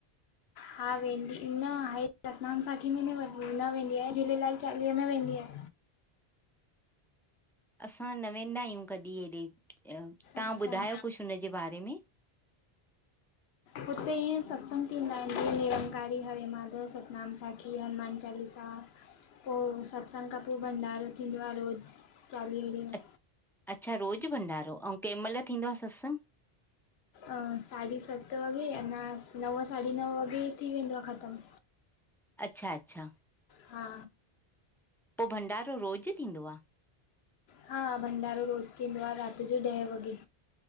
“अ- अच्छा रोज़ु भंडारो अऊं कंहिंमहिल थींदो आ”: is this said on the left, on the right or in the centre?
Centre